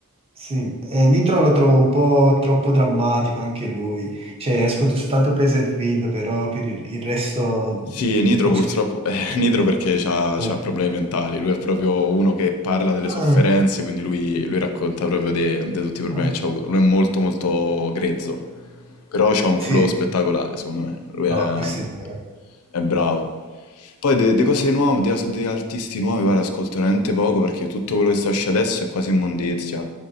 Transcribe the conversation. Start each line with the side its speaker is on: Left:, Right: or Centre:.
Right: sì, eh, Nitro lo trovo un po' troppo drammatico anche lui. Cioè, ascolto soltanto Pleasant Field, però per il, il resto non
Left: Sì, Nitro
Right: conosco.
Left: purtroppo, <laughs> eh, Nitro perché c'ha,
Right: Eh,
Left: c'ha problemi mentali, lui è proprio uno che parla delle
Right: ah,
Left: sofferenze, quindi lui, lui racconta proprio di tutti i problemi
Right: ah,
Left: che c'ha avuto. Lui è molto molto grezzo, però c'ha un
Right: sì,
Left: flow spettacolare
Right: sì,
Left: secondo me, lui è,
Right: no, questo è vero.
Left: è bravo. Poi de, de cose nuove, de, de artisti nuovi, guarda, ascolto veramente poco perché tutto quello che sta uscendo adesso è quasi immondizia,